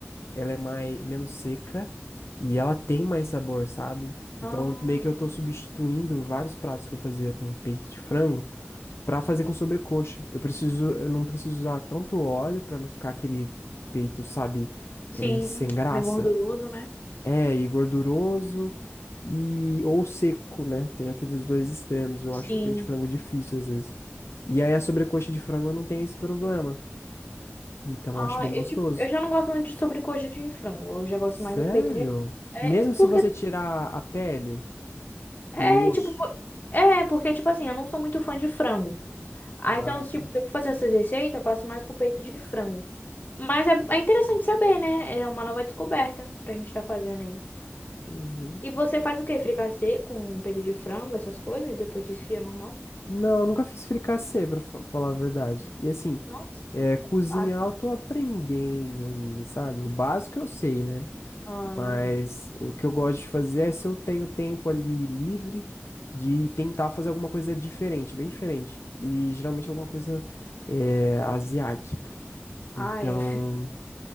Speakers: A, on the left; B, on the left.
A: ela é mais menos seca e ela tem mais sabor, sabe?
B: Ah,
A: Então, meio que eu tô substituindo vários pratos que eu fazia com peito de frango pra fazer com sobrecoxa. Eu preciso, eu não preciso usar tanto óleo pra não ficar aquele peito, sabe,
B: sim.
A: eh, sem graça.
B: Bem gorduroso, né?
A: É, e gorduroso e ou seco, né? Tem aqueles dois extremos. Eu
B: Sim.
A: acho o peito de frango difícil às vezes. E aí a sobrecoxa de frango não tem esse problema. Então
B: Ah,
A: eu acho bem
B: eu,
A: gostoso.
B: tipo, eu já não gosto muito de sobrecoxa de frango. Eu já gosto
A: Sério?
B: mais do peito de é,
A: Mesmo
B: porque
A: se você tirar a pele
B: É,
A: e o osso.
B: tipo, é, porque, tipo assim, eu não sou muito fã de frango. Ah,
A: Ah,
B: então, tipo,
A: tá.
B: se eu fazer essas receitas, eu faço mais com peito de frango. Mas é, é interessante saber, né? É uma nova descoberta pra gente tá fazendo aí.
A: Uhum.
B: E você faz o quê? Fricassê com peito de frango, essas coisas, e depois desfia normal?
A: Não, eu nunca fiz fricassê, pra fa- falar a verdade. E assim,
B: Nossa.
A: é, cozinhar
B: Faz.
A: eu tô aprendendo ainda, sabe? O básico eu sei, né?
B: Ah,
A: Mas o que eu gosto de fazer é se eu tenho tempo ali livre de tentar fazer alguma coisa diferente, bem diferente. E geralmente é alguma coisa é, asiática.
B: ah,
A: Então,
B: é.